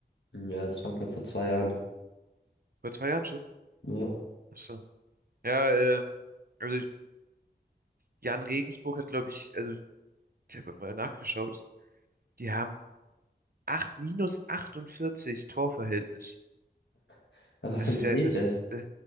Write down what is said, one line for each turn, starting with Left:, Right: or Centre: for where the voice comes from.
Left: ja das war, glaube vor zwei Jahren.
Right: Vor zwei Jahren schon.
Left: Ja.
Right: Achso. Ja, ähm, also Jan Regensburg hat, glaube ich, also ich habe mal nachgeschaut, die haben acht minus 48 Torverhältnis.
Left: <laughs> Aber
Right: Das
Left: wie
Right: ist
Left: geht
Right: ja, das,
Left: das?
Right: äh,